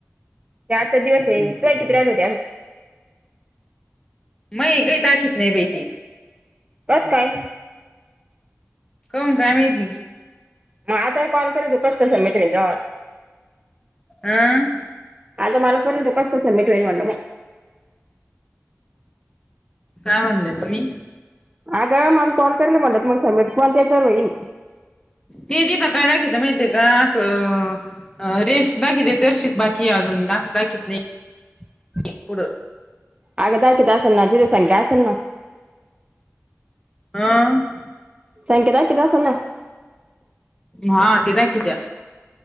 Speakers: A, on the right; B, on the left.
A: ते आचा दिवस आहेटतल.
B: मई काही दाखत नाही बेटी
A: त्यात काय
B: काऊन काय माहिती
A: मग आता कॉल करू दुकास कसं मिट वे जा
B: आं
A: आता मला कर तो का असतल मिटवेन म्हणलं मग
B: काय म्हनले तुम्ही
A: अगं मला कॉल करला म्हणात मग समेट पन त्याच्यावर होईल
B: ते तिथं काय दाखितच माहितीय का असं अ रेष दाखविती दर्शित बाकी अजून जास्त कि नाही
A: ह
B: इकड
A: आग दाकीत अस ना द दि संख्या अस ना
B: ह
A: संकेत किदा स ना
B: हा ती दाखवित्या